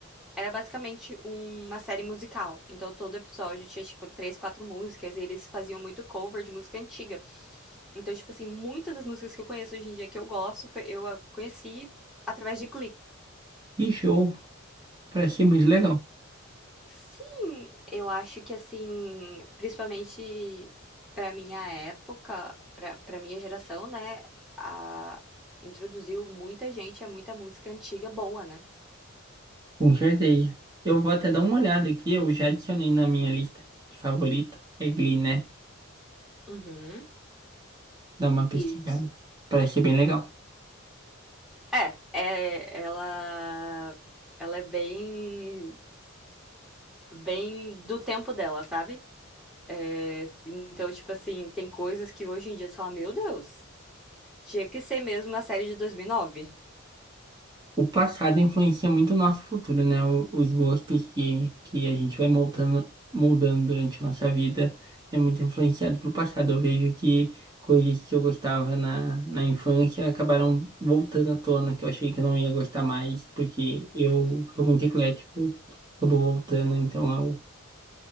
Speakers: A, in the centre; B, on the right.
A: Era basicamente uma série musical. Então todo episódio tinha, tipo, três, quatro músicas. E eles faziam muito cover de música antiga. Então, tipo assim, muitas das músicas que eu conheço hoje em dia que eu gosto, foi- eu a conheci através de Glee.
B: Que show! Parece ser muito
A: Então,
B: legal.
A: sim, eu acho que assim, principalmente pra minha época, pra para minha geração, né, a- introduziu muita gente a muita música antiga boa, né?
B: Com certeza. Eu vou até dar uma olhada aqui, eu já adicionei na minha lista de favorita. É Glee, né?
A: Uhum.
B: Dá uma pesquisada.
A: Isso.
B: Parece ser bem legal.
A: É, é, ela, ela é bem, bem do tempo dela, sabe? É, então, tipo assim, tem coisas que hoje em dia você fala, meu Deus, tinha que ser mesmo uma série de 2009.
B: O passado influencia muito o nosso futuro, né? O- Os gostos que, que a gente vai moldando, moldando durante a nossa vida é muito influenciado pelo passado. Eu vejo que coisas que eu gostava na, na infância acabaram voltando à tona, que eu achei que eu não ia gostar mais, porque eu sou muito eclético, acabou voltando, então é o...